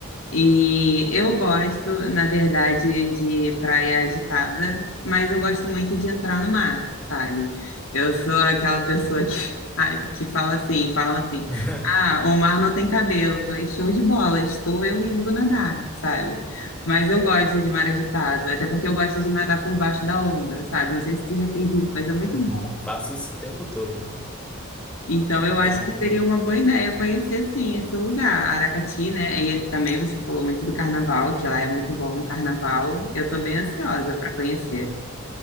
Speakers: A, on the left; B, in the centre.
A: E eu gosto, na verdade, de praia agitada, mas eu gosto muito de entrar no mar, sabe? Eu sou aquela pessoa que, <laughs> ah, que fala assim, fala assim,
B: <laughs>
A: ah, o mar não tem cabelo. Eu Falei, show de bola, estou eu indo nadar, sabe? Mas eu gosto de mar agitado, até porque eu gosto de nadar por baixo da onda, sabe? Não sei se tu já fez isso, mas é muito
B: Uhum,
A: bom.
B: faço isso o tempo todo.
A: Então eu
B: Então.
A: acho que seria uma boa ideia conhecer sim esse lugar, Aracati, né? E também você falou muito do carnaval, que lá é muito bom no carnaval. Eu tô bem ansiosa para conhecer.